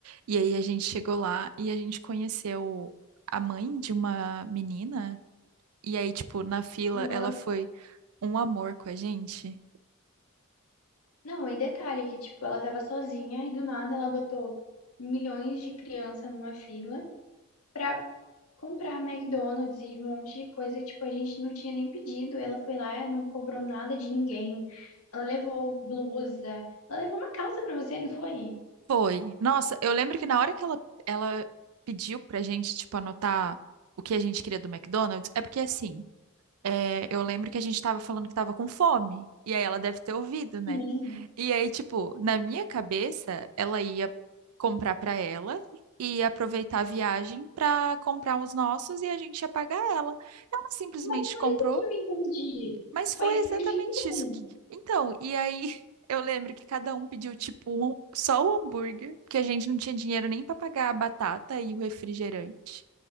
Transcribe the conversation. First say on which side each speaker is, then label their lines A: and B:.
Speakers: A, on the right; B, on the left.
A: e aí a gente chegou lá e a gente conheceu a mãe de uma menina, e aí, tipo, na fila
B: Nossa.
A: ela foi um amor com a gente?
B: Não, e detalhe que, tipo, ela tava sozinha e do nada ela adotou milhões de crianças numa fila pra comprar McDonald's e um monte de coisa que, tipo, a gente não tinha nem pedido. Ela foi lá, não cobrou nada de ninguém. Ela levou blusa, ela levou uma calça pra você, não foi?
A: Foi. Nossa, eu lembro que na hora que ela, ela pediu pra gente, tipo, anotar o que a gente queria do McDonald's, é porque assim. É, eu lembro que a gente tava falando que tava com fome. E aí ela deve ter ouvido, né?
B: Sim.
A: E aí, tipo, na minha cabeça, ela ia comprar pra ela e ia aproveitar a viagem pra comprar os nossos e a gente ia pagar ela. Ela simplesmente
B: Mas foi
A: comprou,
B: isso que eu entendi.
A: mas foi
B: Foi isso
A: exatamente
B: que eu entendi também.
A: isso. que- Então, e aí <laughs> eu lembro que cada um pediu, tipo, um- só o hambúrguer, porque a gente não tinha dinheiro nem pra pagar a batata e o refrigerante.